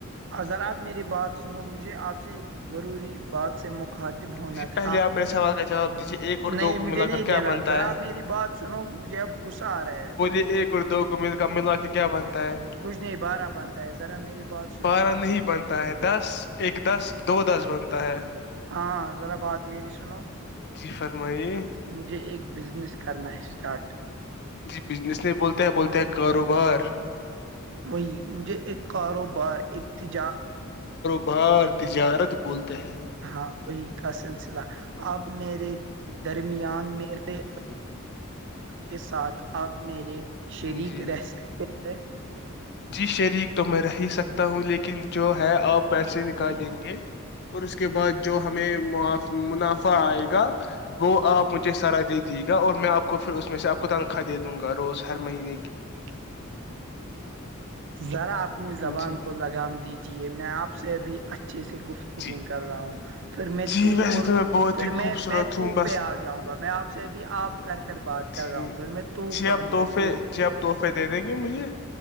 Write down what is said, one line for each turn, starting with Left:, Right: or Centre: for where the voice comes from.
Right: ذراپ میری بات سنو مجھے آپ سے ایک ضروری بات سے مخاطب ہونا
Left: جی پہلے
Right: تھا
Left: آپ سوال کا جواب دیجیے ایک اور
Right: نہیں
Left: دو کو
Right: مجھے
Left: ملا
Right: نہیں
Left: کر کیا
Right: دینا
Left: بنتا
Right: ذرا
Left: ہے
Right: میری بات سنو مجھے اب غصہ آ رہا ہے
Left: ے ایک اور دو کو مل کر ملوا کے کیا بنتا ہے
Right: کچھ نہیں بارہ بنتا ہے ذرا میری بات سنو
Left: بارہ نہیں بنتا بتا ہے دس ایک دس دو دس بنتا ہے
Right: ہاں ذرا بات میری سنو
Left: جی فرمائیے
Right: مجھے ایک بزنس کرنا ہے اسٹارٹ
Left: جی بزنس نہیں بولتا ہے بولتا ہے کاروبار
Right: وہی مجھے ایک کاروبار ایک تجار
Left: بار تجارت بولتا ہے
Right: ہاں وہی کا سلسلہ اب میرے درمیان میرے کے ساتھ آپ میرے شریک
Left: جی
Right: رہ سکتے ہیں
Left: جی شریک تو میں رہ ہی سکتا ہوں لیکن جو ہے آپ پیسے نکالیں گے اور اس کے بعد جو ہمیں منافع آئے گا وہ آپ مجھے سرا دے دیجے گا اور میں آپ کو پھر اس میں سے آپ کو تنخواہ دے دوں گا روز ہر مہینے کی
Right: ٹھیک ذرا اپنی
Left: جی
Right: زبان کو لگام دیجیے میں آپ سے اب ا اچھے سے گفتگو
Left: جی
Right: کر رہا ہوں پھر میں
Left: جی
Right: تو
Left: ویسے
Right: اور
Left: میں بہت
Right: پھر
Left: ہی
Right: میں
Left: خوبصورت
Right: میں تو
Left: ہوں بس
Right: پہ آ جاؤں گا میں آپ سے بھی آپ کر کر بات کر
Left: جی
Right: رہا ہوں پھر میں تو
Left: جی آپ
Right: کہوں
Left: تحفے
Right: گا تو
Left: جی آپ تحفے دے دیں گے مجھے